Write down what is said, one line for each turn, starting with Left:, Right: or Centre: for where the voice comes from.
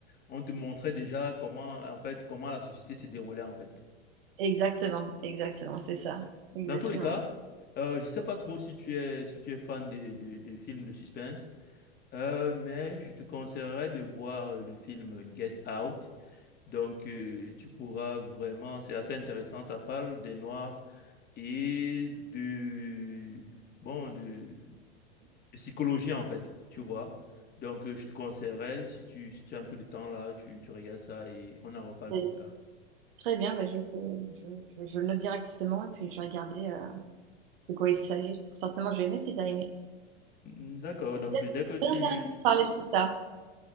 Left: on te montrait déjà comment en fait comment la société se déroulait en fait.
Right: Exactement, exactement, c'est ça. Exactement.
Left: Dans tous les cas, euh, je sais pas trop si tu es si tu es fan des des- des films de suspense, euh, mais je te conseillerais de voir euh, le film Get Out. Donc, euh, tu pourras vraiment, c'est assez intéressant, ça parle des Noirs et de, bon, de, de psychologie en fait, tu vois. Donc, euh, je te conseillerais, si tu, si tu as un peu de temps là, tu, tu regardes ça et on en reparle
Right: Et
Left: plus tard.
Right: très bien, bah, je, je, je, je le note directement et puis je vais regarder euh, de quoi il s'agit. Certainement, je vais aimer si tu as aimé.
Left: Mm, D'accord,
Right: En
Left: donc
Right: tout cas, c'est
Left: euh, dès que tu...
Right: très intéressant de parler de tout ça.